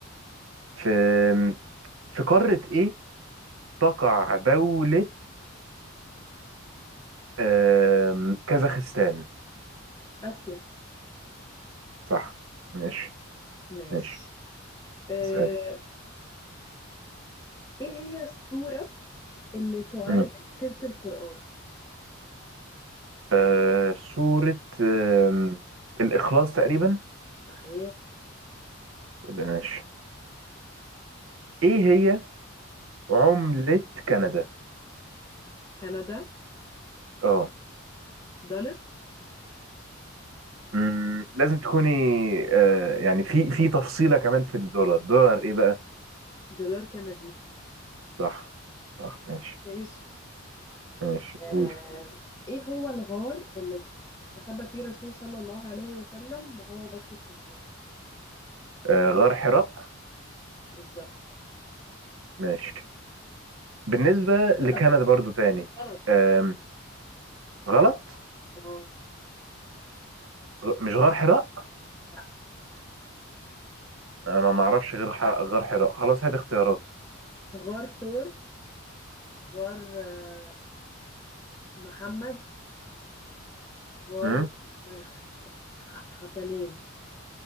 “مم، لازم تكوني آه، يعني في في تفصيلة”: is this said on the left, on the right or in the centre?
Right